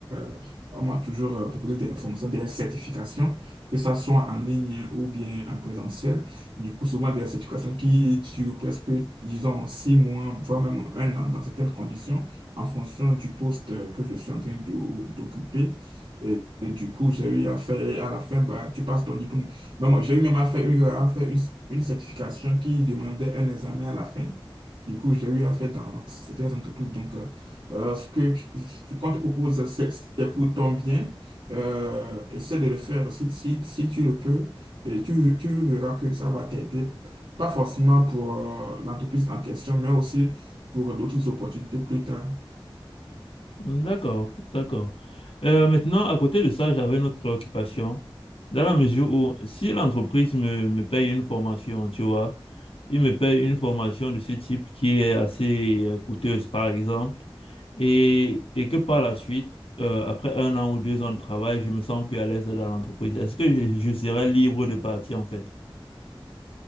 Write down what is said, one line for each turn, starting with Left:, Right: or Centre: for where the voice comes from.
Right: euh, on m'a toujours euh, proposé des formations, des certifications, que ça soit en ligne ou bien en présentiel. Du coup, souvent des certifications qui durent presque, disons, six mois, voire même un an dans certaines conditions, en fonction du poste que je suis en train d'o- d'occuper. Et, et du coup, j'ai eu à faire, et à la fin, bah, tu passes ton diplôme mais moi, j'ai eu même à faire, une, à faire une, une certification qui demandait un examen à la fin. Du coup, j'ai eu à faire dans certaines entreprises. Donc, euh, euh, ce que tu- ce qu'on te propose, c'est c'est pour ton bien. Euh, essaie de le faire si, si, si tu le peux. Et tu, tu verras que ça va t'aider, pas forcément pour euh, l'entreprise en question, mais aussi pour d'autres opportunités plus tard.
Left: D'accord, d'accord. Euh, maintenant, à côté de ça, j'avais une autre préoccupation, dans la mesure où si l'entreprise me, me paye une formation, tu vois, il me paye une formation de ce type qui est assez euh, coûteuse, par exemple, et, et que par la suite, euh, après un an ou deux ans de travail, je me sens plus à l'aise dans l'entreprise. Est-ce que je, je serais libre de partir, en fait?